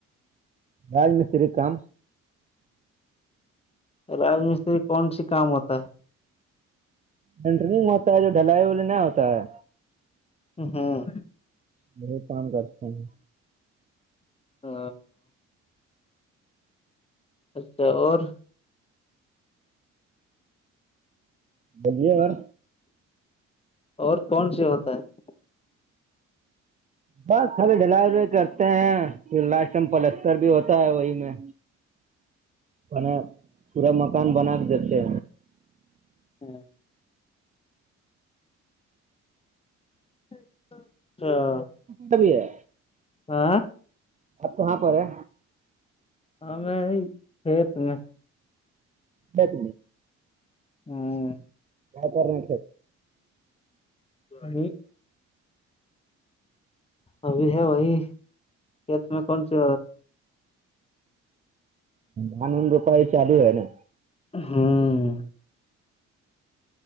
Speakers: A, on the right; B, on the left.
A: راج مستری کام
B: راج مستری کون سی کام ہوتا ہے
A: انینٹری میں ہوتا ہے جو ڈھل ہے بولے نہیں ہوتا ہے
B: ہاں
A: بہت کام کرتے ہیں
B: ہ اچھا اور
A: بولیے یار
B: اور کون سے ہوتا ہے
A: بس کال ڈھلائی ولائی کرتے ہیں پ لشٹم پلستر بھی ہوتا ہے وہی میں
B: <inaudible>
A: م پورا مکان بنا کے دیتے
B: ہاں ہچ
A: تبھی ہے
B: ہا
A: آپ کہاں پر ہے
B: ہاں میں کھیت میں
A: بت
B: ہاں
A: آ کرنے
B: نہیں ابھی ہے وہی کھیت میں کون سی
A: لانون روپائی چالو ہے نا
B: ہاں